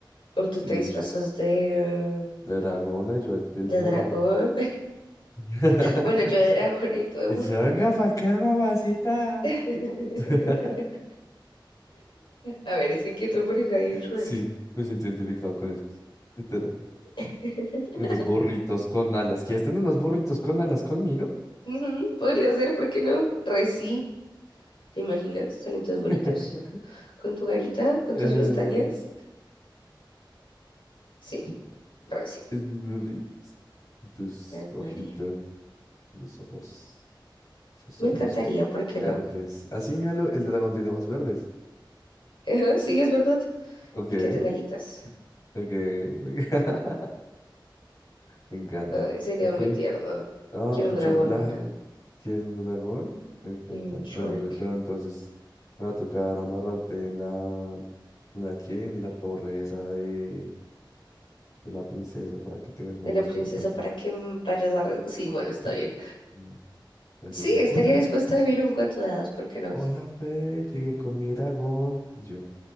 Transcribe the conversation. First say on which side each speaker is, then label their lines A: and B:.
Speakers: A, on the left (about 75°); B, on the left (about 45°).
A: O tú
B: Sí.
A: te disfrazas de, eh,
B: Dragona, yo el del
A: de
B: burro.
A: dragón.
B: <laughs>
A: Bueno, yo de dragona y tú de burro.
B: Eso, venga para acá, mamacita.
A: <laughs>
B: <laughs>
A: A ver, es que ¿qué otra pareja hay en Shrek?
B: Sí, me siento identificado con eso. Literal.
A: <laughs>
B: Unos burritos con alas. ¿Quieres tener unos burritos con alas conmigo?
A: Ujú, podría ser, ¿por qué no? Re sí. ¿Te imaginas? Salen todos
B: <laughs>
A: bonitos. Con tu garita, con
B: Eh,
A: tus pestañas. Sí, re sí.
B: esos burritos. Tus
A: Ay,
B: ojitos,
A: María.
B: tus ojos, tus
A: Me
B: ojos
A: encantaría, ¿por qué
B: verdes.
A: no?
B: Así, míralo, el dragón tiene ojos verdes.
A: <laughs> Ajá, sí, es verdad.
B: Ok,
A: Y que tenga alitas.
B: ok. <laughs> Me encanta.
A: Ay, sería
B: Ok.
A: muy tierno.
B: Ah,
A: Quiero
B: pues
A: un dragón
B: yo, la
A: ahora.
B: que es un dragón, me encanta.
A: Y un Shrek.
B: Bueno, ve- pero entonces me va a tocar amarrarte en la, en la que, en la torre esa de, de la princesa para que tengas una
A: De
B: mascota.
A: la princesa para que m- vayas a... re- Sí, bueno, está bien.
B: Mm, Es
A: Sí,
B: así,
A: estaría
B: hola,
A: dispuesta a vivir un cuento de hadas, ¿por qué no?
B: hola Fede, llegué con mi dragón. Y yo,